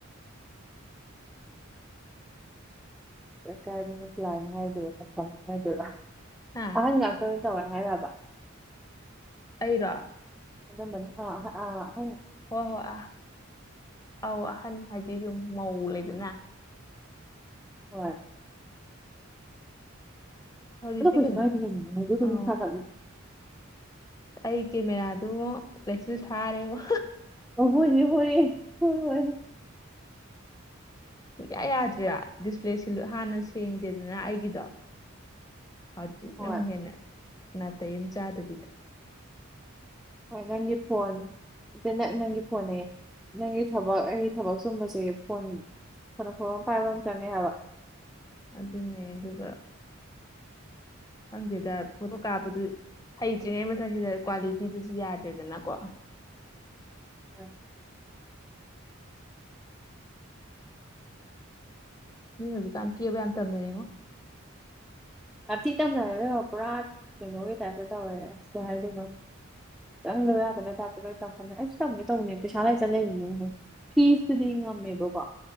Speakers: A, in the centre; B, on the left.
A: ꯀꯥꯏꯗꯅꯣꯥꯏꯅꯤ ꯍꯥꯏꯗꯣꯏꯔꯣ ꯍꯥꯏꯗꯣꯏꯔꯣ
B: ꯍꯥ
A: ꯑꯍ ꯂꯥꯛ ꯇ ꯇꯧꯋꯥꯔ ꯍꯥꯏꯔ
B: ꯑꯩꯔꯥ
A: ꯝꯕ
B: ꯍꯣꯏ ꯍꯣꯏ ꯑ ꯑꯧ ꯑꯍꯟ ꯍꯥꯏꯗꯤ ꯁꯨꯝ ꯃꯧ ꯂꯩꯗꯅ
A: ꯍꯣꯏ
B: ꯍꯧꯖꯤꯛꯇꯤ
A: ꯑ ꯀꯣꯏꯁꯨ
B: ꯀꯩꯅꯣ
A: ꯃꯥꯏꯗꯤꯅꯤ ꯃꯣꯏꯗꯤ ꯇ
B: ꯑꯧ
A: ꯆꯥ ꯈꯜ
B: ꯑꯩ ꯀꯦꯃꯦꯔꯥꯗꯨ ꯂꯩꯁꯤꯜ ꯊꯥꯔꯦ ꯋꯥ
A: ꯑꯣꯕꯨ ꯍ
B: ꯁꯨꯡꯌꯥ ꯌꯥꯗ꯭ꯔꯦ ꯗꯤꯁꯄ꯭ꯂꯦꯁꯤ ꯍꯥꯟꯅ ꯁꯦꯡꯗꯦꯗꯅ ꯑꯩꯒꯤꯗꯣ ꯍꯧꯖꯤꯛ
A: ꯍꯣꯏ
B: ꯅꯪ ꯍꯦꯟꯅ ꯅꯥꯇꯩ ꯑꯃ ꯆꯥꯗꯕꯤꯗ
A: ꯍꯣꯏ ꯅꯪꯒꯤ ꯐꯣꯟ ꯏꯇꯅ ꯅꯪꯒꯤ ꯐꯣꯟꯅꯦ ꯅꯪꯒꯤ ꯊꯕꯛ ꯑꯩꯒꯤ ꯊꯕꯛ ꯆꯨꯝꯕꯁꯦ ꯐꯣꯟ ꯐꯅ ꯐꯕ ꯑꯃ ꯄꯥꯏꯕ ꯑꯃ ꯆꯪꯉꯦ ꯍꯥꯏꯕ
B: ꯑꯗꯨꯅꯦ ꯑꯗꯨꯒ ꯈꯪꯗꯦꯗ ꯐꯣꯇꯣ ꯀꯥꯞꯄꯗꯨ ꯍꯩꯇ꯭ꯔꯤꯉꯩ ꯃꯊꯛꯁꯤꯗ ꯀ꯭ꯋꯥꯂꯤꯇꯤꯗꯨꯁꯨ ꯌꯥꯗ꯭ꯔꯦꯗꯅꯀꯣ
A: ꯎꯝ
B: ꯃꯤ ꯍꯧꯖꯤꯛꯀꯥꯟ ꯀꯦꯕ ꯌꯥꯝ ꯇꯝꯅꯔ ꯌꯦꯉꯣ
A: ꯍꯥꯞꯆꯤ ꯇꯝꯅꯔꯦꯕ ꯄꯨꯔꯥ ꯀꯩꯅꯣꯒꯤ ꯇꯥꯏꯇ ꯇꯧꯋꯔꯦ ꯑꯁꯦ ꯍꯥꯏꯗꯣꯏꯅꯣ ꯆꯪꯗꯕ ꯌꯥꯗꯕꯩ ꯇꯥꯏꯞꯇ ꯂꯣꯏ ꯇꯝꯈꯠꯅꯤ ꯑꯩꯁꯨ ꯇꯝꯒꯦ ꯇꯧꯅꯦ ꯄꯩꯁꯥ ꯂꯩꯇꯅ ꯂꯩꯔꯤꯅꯤꯅꯦ ꯐꯤꯁꯇꯨꯗꯤ ꯉꯝꯃꯦꯕꯀꯣ